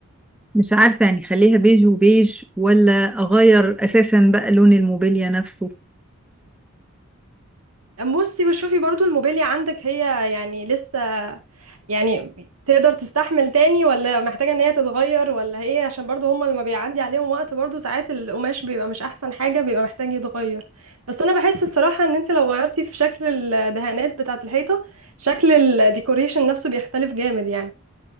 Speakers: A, in the centre; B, on the right (about 85°).
A: مش عارفة يعني خليها بيج وبيج ولا اغير اساسا بقى لون الموبيليا نفسه
B: بصي وشوفي برضو الموبيليا عندك هي يعني لسه يعني تقدر تستحمل تاني ولا محتاجة ان هي تتغير ولا هي عشان برضو هما لما بيعدي عليهم وقت برضو ساعات القماش بيبقى مش احسن حاجة بيبقى محتاج يتغير بس انا بحس الصراحة ان انت لو غيرتي في شكل الدهانات بتاعة الحيطة شكل الديكوريشن نفسه بيختلف جامد يعني